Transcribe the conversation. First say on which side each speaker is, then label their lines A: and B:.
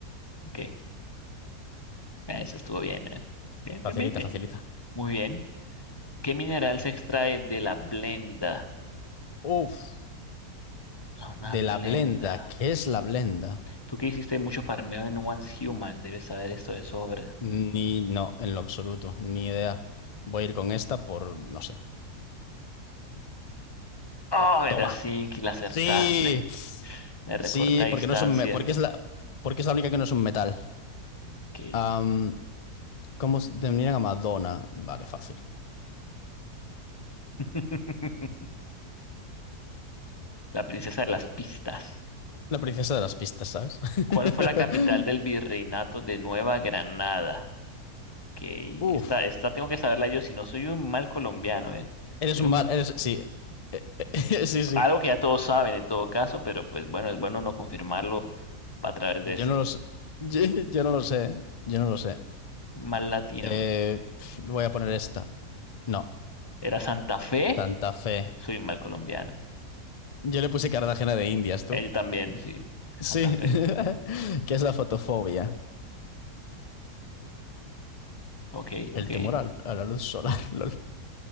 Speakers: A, on the left; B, on the left.
A: Ok, eh, eso estuvo bien, ¿eh? Bien, bien,
B: Facilita,
A: bien, bien.
B: facilita.
A: Muy bien. ¿Qué mineral se extrae de la blenda?
B: Uf.
A: Ah, Una
B: De la
A: blenda.
B: blenda, ¿qué es la blenda?
A: Tú que hiciste mucho farmeo en One Human, debes saber esto de sobra.
B: Ni, no, en lo absoluto, ni idea. Voy a ir con esta por, no sé.
A: Oh, era
B: ¡Toma!
A: Sink y la acertaste.
B: ¡Sí!
A: Me
B: Sí,
A: recorta distancia.
B: porque no es un, me- porque es la, porque es la única que no es un metal.
A: Ok.
B: Am, ¿cómo se denominan a Madonna? Vale, fácil.
A: <laughs> La princesa de las pistas.
B: La princesa de las pistas, ¿sabes? <laughs>
A: ¿Cuál fue la capital del virreinato de Nueva Granada? Ok,
B: Uf.
A: esta, esta tengo que saberla yo, si no soy un mal colombiano, ¿eh?
B: Eres
A: Soy
B: un
A: un,
B: mal, eres, sí. Eh, eh, <laughs> Sí, sí.
A: algo que ya todos saben en todo caso, pero pues bueno, es bueno no confirmarlo a través
B: Yo
A: de esto.
B: no lo sé. <laughs> Yo, yo no lo sé. ¿eh? Yo no lo sé.
A: Mal latino.
B: Eh, pf, voy a poner esta. No.
A: ¿Era Santa Fe?
B: Santa Fe.
A: Soy un mal colombiano.
B: Yo le puse Cartagena de Indias, ¿tú?
A: Eh, yo también, sí. Es que
B: Sí.
A: Santa Fe.
B: <laughs> ¿Qué es la fotofobia?
A: Ok, ok.
B: El temor al- a, la luz solar. <laughs> lol.